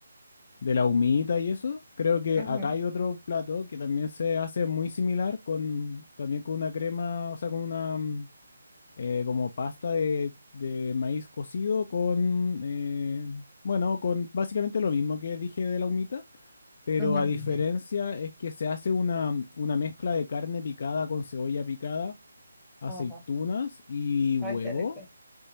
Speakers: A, on the left; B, in the centre.
A: de la humita y eso. Creo que
B: Ujú,
A: acá hay otro plato que también se hace muy similar con también con una crema, o sea, con una mm, eh, como pasta de, de maíz cocido con eh, bueno, con básicamente lo mismo que dije de la humita, pero
B: ujú.
A: a diferencia es que se hace una, una mezcla de carne picada con cebolla picada, aceitunas
B: Ajá.
A: y huevo.
B: Ay, qué rico.